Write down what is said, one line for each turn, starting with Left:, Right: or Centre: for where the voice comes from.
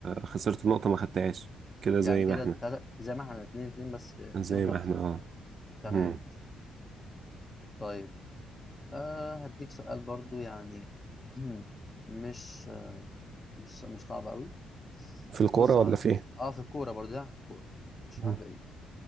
Right: خسرت النقطة ما خدتهاش كده زي
Left: يعني كده
Right: ما احنا
Left: تلاتة- زي ما احنا اتنين اتنين بس آه،
Right: زي
Left: في نقطه
Right: ما
Left: خساره
Right: احنا اه
Left: تمام
Right: مم.
Left: ماشي. طيب آه هديك سؤال برضه يعني <clears throat> مش مش مش صعب قوي
Right: في الكورة
Left: بص يا
Right: ولا
Left: معلم
Right: في إيه؟
Left: اه في الكوره برضه يعني في الكوره مش
Right: مم.
Left: رايح بعيد